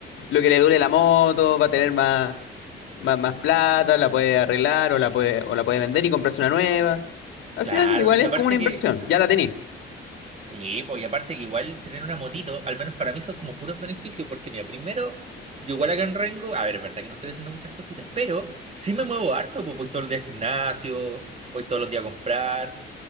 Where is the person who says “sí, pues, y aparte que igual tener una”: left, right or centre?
Right